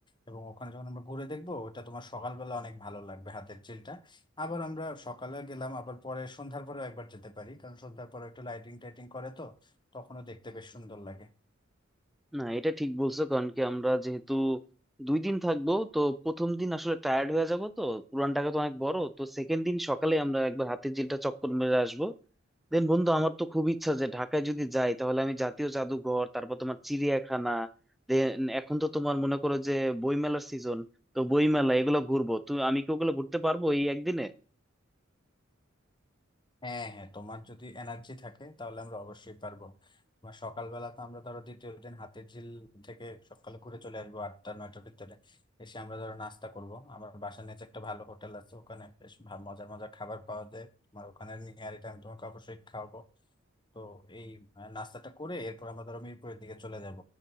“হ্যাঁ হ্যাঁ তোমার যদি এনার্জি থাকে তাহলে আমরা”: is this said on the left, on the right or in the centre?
Left